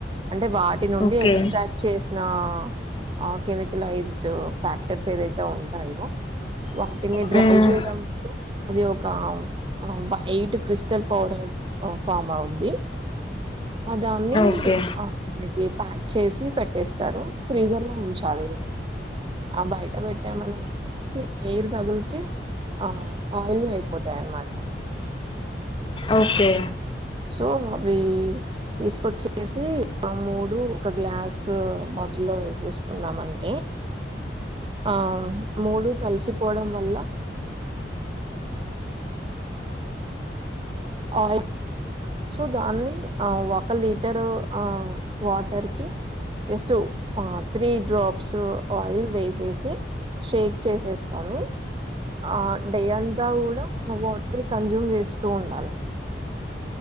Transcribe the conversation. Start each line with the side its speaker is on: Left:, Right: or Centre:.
Right: అంటే వాటి నుండి
Left: ఓకే
Right: ఎక్టట్ చేసిన ఆ కెమిక లైజ్డ్ ఫ్యాక్టర్స్ ఏదైతే ఉంటాయో వాటిని డ్రై
Left: మ్మ్
Right: చేయడంతో అది ఒ ఒక వైట్ క్రిస్టల్ పౌడర్ ఫామ్ అవుంది అ దాన్ని
Left: ఓకే
Right: ఆ మనకి ప్యాక్ చేసి పెట్టేస్తారు ఫ్రీజర్ లో ఉంచాలి ఆ బయట పెట్టామని ఎయిర్ తగిలితే ఆ ఆయిలీ అయిపోతది న్మాట
Left: ఓకే
Right: సో అవి తీసుకొచ్చేసి ఆ మూడు ఒక గ్లాస్ యిల్లో వేసేసుకున్నామంటే ఆ మూడు కలిసిపోవడం వల్ల ఆయిల్ సో దాన్ని ఆ ఒక లీటరు ఆ వాటర్ కి జస్ట్ ఆ త్రీ డ్రాప్స్ ఆయిల్ వేసేసి షేక్ చేసేసుకొని ఆ డే అంతా కూడా వాటర్ ని కన్జ్యూమ్ చేస్తూ ఉండాలి